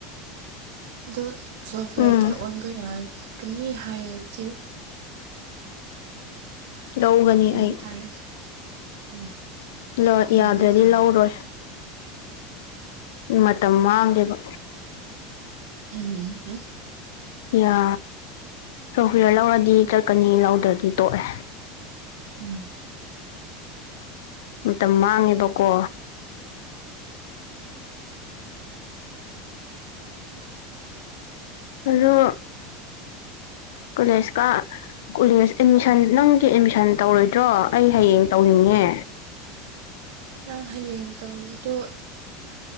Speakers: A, on the right; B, on the left.
A: ꯑꯗꯨ ꯁꯣꯐꯋꯦꯔꯗ
B: ꯎꯝ
A: ꯑꯣꯟꯕ ꯌꯥꯒꯅꯤ ꯍꯥꯏꯔꯗꯤ
B: ꯂꯧꯒꯅꯤ
A: ꯌꯦꯡꯕ
B: ꯑꯩ
A: ꯇꯥꯔꯦ ꯎꯝ
B: ꯂꯣꯠ
A: ꯌꯦꯡꯕ
B: ꯌꯥꯗ꯭ꯔꯗꯤ
A: ꯇꯥꯔꯦ
B: ꯂꯧꯔꯣꯏ ꯃꯇꯝ ꯃꯥꯡꯗꯦꯕ
A: ꯎꯝ
B: ꯌꯥ ꯍꯣꯏ <inaudible> ꯂꯧꯔꯗꯤ ꯆꯠꯀꯅꯤ ꯂꯧꯗ꯭ꯔꯗꯤ ꯇꯣꯛꯑꯦ
A: ꯎꯝ
B: ꯃꯇꯝ ꯃꯥꯡꯉꯦꯕꯀꯣ ꯑꯗꯨ ꯀꯂꯦꯖ ꯀꯥ ꯀꯣꯂꯦꯖ ꯑꯦꯠꯃꯤꯁꯟ ꯅꯪꯒꯤ ꯑꯦꯠꯃꯤꯁꯟ ꯇꯧꯔꯣꯏꯗ꯭ꯔꯣ ꯑꯩ ꯍꯌꯦꯡ ꯇꯧꯅꯤꯡꯉꯦ
A: ꯅꯪ ꯍꯌꯦꯡ ꯇꯧꯗꯣ